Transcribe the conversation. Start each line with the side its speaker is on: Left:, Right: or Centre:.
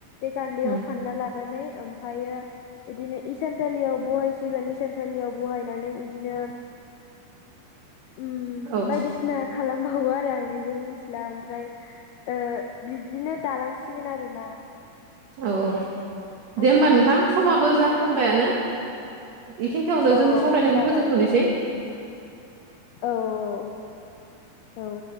Left: बे गान्दैआव
Right: ओम
Left: फानना लानानै ओमफायो बिदिनो इसानसालियाव बहायसिगोन इसानसालियाव बहायनानै इदिनो <inaudible> उम
Right: औ
Left: बायदिसिना खालामबावो आरो आं बिबो मिन्थिला ओमफ्राय ओ बिब्दिनो दालांसिगोन आरोना
Right: औ औ
Left: आंनि
Right: दे होमबा
Left: मिथिनाय
Right: नोंथां समाबो जाफ्लांबायानो बेखिनिथियावनो
Left: औ
Right: जोंनि सावरायनायखौ
Left: जाबाय
Right: फोजोबथ'निसै
Left: औ औ औ